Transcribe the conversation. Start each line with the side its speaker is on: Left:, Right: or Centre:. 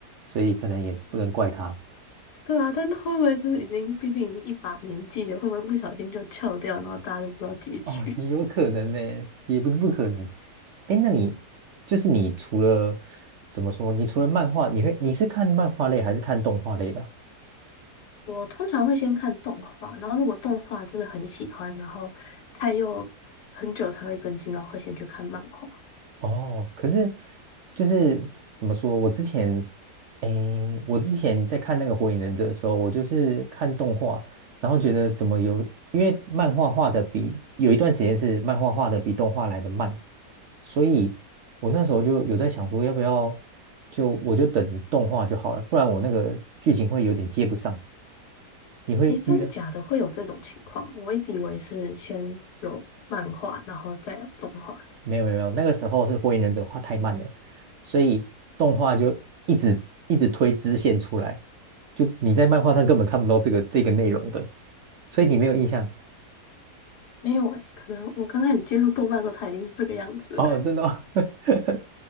Right: 所以可能也不能怪他。
Left: 对啊，但他会不会就是已经，毕竟已经一把年纪了，会不会不小心就翘掉，然后大家就不知道结局？
Right: 哦，也有可能呢，也不是不可能。哎，那你就是你除了怎么说，你除了漫画，你会你是看漫画类还是看动画类的啊
Left: <laughs> 我通常会先看动画，然后如果动画真的很喜欢，然后它又很久才会更新，然后会先去看漫画。
Right: 哦，可是就是怎么说，我之前，诶，我之前在看那个《火影忍者》的时候，我就是看动画，然后觉得怎么有，因为漫画画的比有一段时间是漫画画的比动画来的慢，所以我那时候就有在想说，要不要就我就等动画就好了，不然我那个剧情会有点接不上。你会遇到
Left: 诶，真的假的？会有这种情况？我一直以为是先有漫画，然后再有动画的，
Right: 没有没有没有，那个时候是《火影忍者》画太慢了，所以动画就一直一直推支线出来，就你在漫画上根本看不到这个这个内容的，所以你没有印象
Left: 没有诶，可能我刚开始接触动漫的时候，它已经是这个样子了
Right: 哦，真的哦。<laughs>